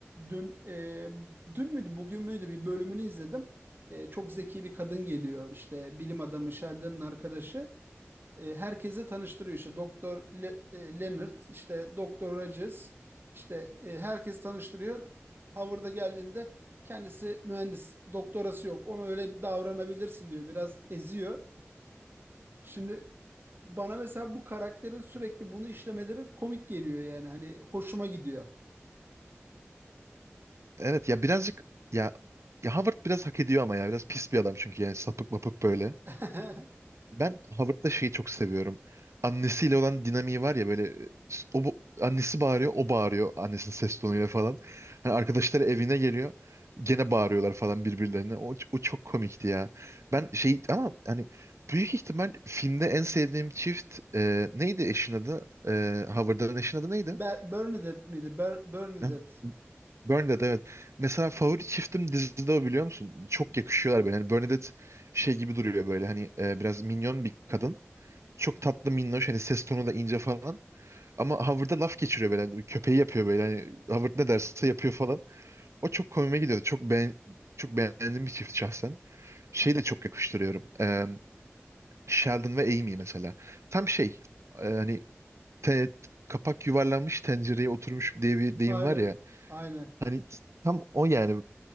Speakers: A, on the right; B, on the right.
A: Dün e, dün müydü, bugün müydü bir bölümünü izledim. E, çok zeki bir kadın geliyor işte bilim adamı Sheldon'ın arkadaşı e, herkese tanıştırıyor işte Doktor Le- e, Leonard işte Doktor Rogers işte e, herkes tanıştırıyor. Howard'a geldiğinde kendisi mühendis doktorası yok ona öyle bir davranabilirsin diyor biraz eziyor. Şimdi bana mesela bu karakterin sürekli bunu işlemeleri komik geliyor yani hani hoşuma gidiyor.
B: Evet ya birazcık ya, ya Howard biraz hak ediyor ama ya. Biraz pis bir adam çünkü yani sapık mapık böyle.
A: <laughs>
B: Ben Howard'da şeyi çok seviyorum. Annesiyle olan dinamiği var ya böyle e, o bu- annesi bağırıyor, o bağırıyor annesinin ses tonuyla falan. Hani arkadaşları evine geliyor. Gene bağırıyorlar falan birbirlerine. O, o çok komikti ya. Ben şey ama hani büyük ihtimal filmde en sevdiğim çift e, neydi eşin adı? E, Howard'ın eşin adı neydi?
A: Ber- Bernadette miydi? Ber- Bernadette.
B: Ha, Bernadette evet. Mesela favori çiftim dizide o biliyor musun? Çok yakışıyorlar böyle. Hani Bernadette şey gibi duruyor böyle hani e, biraz minyon bir kadın. Çok tatlı minnoş hani ses tonu da ince falan. Ama Howard'a laf geçiriyor böyle. hani köpeği yapıyor böyle. Hani Howard ne derse yapıyor falan. O çok komime gidiyordu. Çok beğen çok beğendiğim bir çift şahsen. Şeyi de çok yakıştırıyorum. Ee, Sheldon ve Amy mesela. Tam şey e, hani te- kapak yuvarlanmış tencereye oturmuş diye bir deyim
A: Aynen.
B: var ya.
A: Aynen.
B: Hani tam o yani